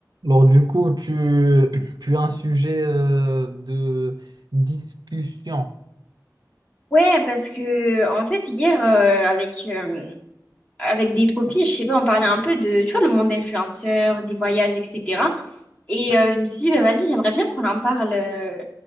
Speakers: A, on the right (about 75°); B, on the left (about 20°).
A: Alors du coup, tu, tu as un sujet euh, de discussion.
B: Ouais, parce que en fait hier euh, avec euh, avec des copines, je sais pas, on parlait un peu de tu vois le monde influenceur, des voyages, etc. Et
A: Ouais.
B: euh, je me suis dit bah vas-y, j'aimerais bien qu'on en parle euh,